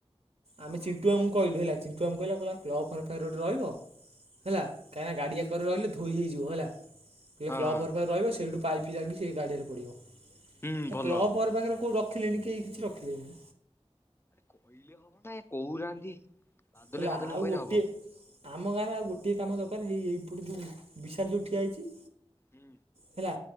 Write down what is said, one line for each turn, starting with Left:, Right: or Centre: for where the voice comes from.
Right: ଆମେ
Left: ହଁ
Right: ଚିଣ୍ଟୁଆ
Left: ହଁ
Right: ମୁ କହିଲୁ ହେଲା ଚିଣ୍ଟୁଆ ମୁ କହିଲା, କହିଲା କ୍ଲବ୍ ଘରେ ପାଖେରେ ଗୋଟେ ରହିବ। ହେଲା, କାହିଁନା ଗାଡ଼ିଆକରେ ରହିଲେ ଧୋଇ ହେଇଯିବ ହେଲା। କହିଲେ
Left: ହଁ
Right: କ୍ଲବ୍
Left: ହଁ
Right: ପାଖରେ ରହିବ ସେଇଠୁ ପାଇପ୍ ଯାଇଁକି ସେ ଗାଡ଼ିଆରେ ପଡ଼ିବ,
Left: ହୁଁ
Right: ଏ
Left: ଭଲ।
Right: କ୍ଲବ୍ ପାଖରେ କୋଉ ର ରଖିଲେନି କେହି କିଛି ରଖିଲେନି।
Left: କହିଲେ ହବ ନା ଇଏ କହୁନାହାନ୍ତି ବାଦଲଭାଇ
Right: ହେଲା
Left: ଫାଦଲ ଭାଇଙ୍କୁ
Right: ଆଉ
Left: କହିଲେ
Right: ଗୋଟିଏ
Left: ହବ।
Right: ଆମ ଗାଁରେ ଆଉ ଗୋଟିଏ କାମ ଦରକାର ହେଇ ଏଇପଟେ ଯୋଉ ବିଶାଲ୍ ଯୋଉ ଠିଆ ହେଇଛି।
Left: ହୁଁ।
Right: ହେଲା,